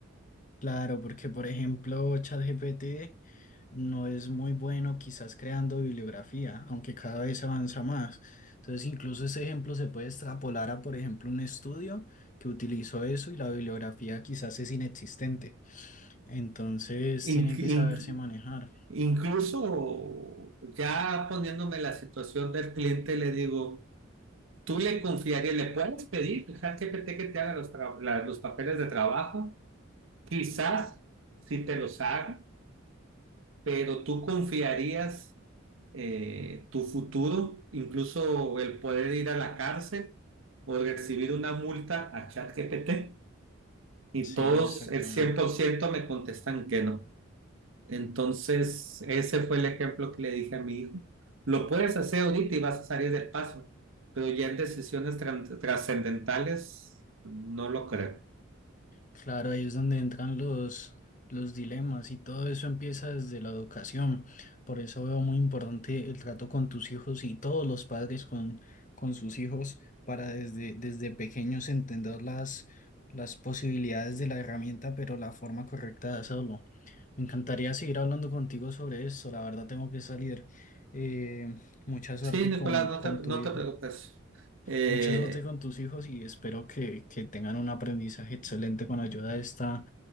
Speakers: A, on the left; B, on the right.
A: Claro, porque por ejemplo, ChatGPT no es muy bueno quizás creando bibliografía, aunque cada vez avanza más. Entonces, incluso ese ejemplo se puede extrapolar a, por ejemplo, un estudio que utilizó eso y la bibliografía quizás es inexistente. Entonces,
B: Inc-
A: tiene que
B: inc-
A: saberse manejar.
B: incluso ya poniéndome la situación del cliente, le digo, tú le confiarías, le puedes pedir al GPT que te haga los, tra- la- los papeles de trabajo, quizás si te los haga, pero tú confiarías eh, tu futuro, incluso el poder ir a la cárcel o recibir una multa a ChatGPT. Y
A: Sí,
B: todos,
A: exactamente.
B: el cien por ciento me contestan que no. Entonces, ese fue el ejemplo que le dije a mi hijo. Lo puedes hacer ahorita y vas a salir del paso, pero ya en decisiones tran- trascendentales no lo creo.
A: Claro, ahí es donde entran los, los dilemas y todo eso empieza desde la educación. Por eso veo muy importante el trato con tus hijos y todos los padres con, con sus hijos para desde, desde pequeños entender las, las posibilidades de la herramienta, pero la forma correcta de hacerlo. Me encantaría seguir hablando contigo sobre esto. La verdad tengo que salir. Eh, mucha suerte
B: Sí, Nicolás,
A: con,
B: no
A: con
B: te,
A: tu
B: no
A: hijo.
B: te preocupes. Eh,
A: Mucha suerte con tus hijos y espero que, que tengan un aprendizaje excelente con ayuda de esta,